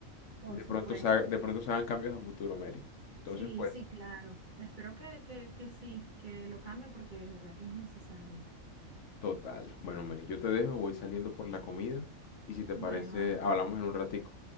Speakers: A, on the right; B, on the left.
A: Por
B: de
A: supuesto.
B: pronto se haga- de pronto se hagan cambios a futuro, Mary. Entonces,
A: Sí,
B: pues,
A: sí, claro. Espero que, que, que sí, que lo cambie porque de verdad que es necesario.
B: total. Bueno, Mary, yo te dejo, voy saliendo por la comida y si te
A: Bueno,
B: parece,
A: anda
B: hablamos
A: pues.
B: en un ratico.